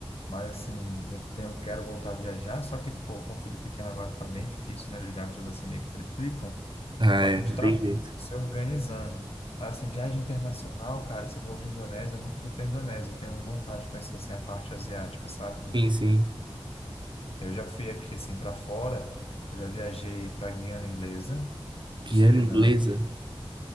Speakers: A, on the left; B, on the right.
A: mas, assim, eu tenho, quero voltar a viajar, só que, pô, com o filho pequeno agora tá bem difícil, né? Os gastos, assim, meio que triplicam.
B: Ah,
A: Só
B: é,
A: que a
B: não
A: gente tá
B: tem jeito.
A: se organizando. Assim, viagem internacional, cara, você falou de Indonésia, eu nunca fui para Indonésia. Eu tenho vontade de conhecer, assim, a parte asiática, sabe? Do-
B: Sim, sim.
A: Eu já fui aqui, assim, para fora. Eu já viajei para Guiana Inglesa,
B: Guiana
A: Suriname,
B: inglesa?